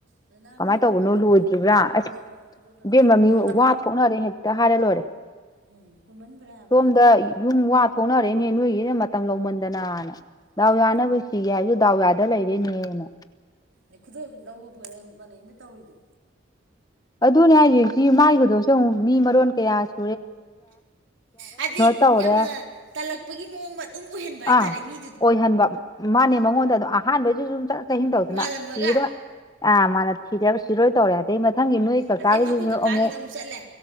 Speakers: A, on the right; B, on the left.
A: ꯑꯗ ꯅꯪꯅ
B: ꯀꯃꯥꯏꯅ ꯇꯧꯕꯅꯣ
A: ꯍꯪꯉꯒꯅꯦ
B: ꯂꯣꯏꯗ꯭ꯔꯤꯕ꯭ꯔꯥ
A: ꯀꯃꯥꯏꯅ ꯇꯧꯗꯣꯏꯅꯣ
B: ꯑꯁ
A: ꯈꯨꯗꯣꯞꯇꯣ ꯇꯁꯦꯡꯅ
B: ꯏꯕꯦꯝ ꯃꯃꯤ ꯋꯥ ꯊꯣꯛꯅꯔꯦ ꯍꯦꯛꯇ ꯍꯥꯏꯔ ꯂꯣꯏꯔꯦ
A: ꯎꯝ ꯀꯨꯏꯃꯟꯈ꯭ꯔꯦ ꯍꯥꯏꯕꯅꯤꯗ
B: ꯁꯣꯝꯗ ꯌꯨꯝ ꯋꯥ ꯊꯣꯛꯅꯔꯦ ꯅꯦ ꯅꯣꯏꯒꯤꯅ ꯃꯇꯝ ꯂꯧꯃꯟꯗꯅꯅ
A: ꯎꯝ
B: ꯗꯥꯎ ꯌꯥꯅꯕ ꯁꯤꯒꯦ ꯍꯥꯏꯔꯁꯨ ꯗꯥꯎ ꯌꯥꯗ ꯗ ꯂꯩꯔꯦꯅꯦꯅ
A: ꯑ ꯈꯨꯗꯣ ꯂꯧꯕꯕꯨ ꯃꯅꯩ ꯑꯃ ꯇꯧꯔꯤꯗꯣ
B: ꯑꯗꯨꯅꯦ ꯍꯥꯏꯦꯁꯤ ꯃꯥꯏꯒꯤꯗꯣꯁꯨ ꯑꯃꯨꯛ ꯃꯤ ꯃꯔꯣꯟ ꯀꯌꯥꯁꯤ
A: ꯍꯥꯏꯗꯤ
B: ꯇꯧꯔꯦ
A: ꯌꯥꯝꯅ ꯇꯥꯜꯂꯛꯄꯒꯤ ꯃꯑꯣꯡ ꯃꯇ ꯑꯗꯨꯝ ꯑꯣꯏꯍꯟꯕ ꯍꯥꯏꯇꯥꯔꯦ
B: ꯑꯥ
A: ꯃꯤ
B: ꯑꯣꯏꯍꯟꯕ ꯃꯥꯅꯦ ꯃꯉꯣꯟꯗ ꯑꯗꯨꯝ ꯑꯍꯥꯟꯕꯩꯁꯨ ꯁ ꯆꯍꯤꯤꯡ ꯇꯧꯗꯅ
A: ꯃꯥꯜꯂꯝꯃꯒ
B: ꯏꯗ ꯑ ꯃꯥꯅ ꯁꯤꯗ ꯁꯤꯔꯣꯏ ꯇꯧꯔꯦ ꯑꯗꯩ ꯃꯊꯪꯒꯤ ꯅꯣꯏ ꯀꯀꯥꯒꯤꯗꯨꯁꯨ
A: ꯑꯗꯩ ꯑꯩꯈꯣꯏ ꯀꯀꯥꯒꯤꯗ
B: ꯑꯃꯨꯛ
A: ꯆꯠꯂꯦ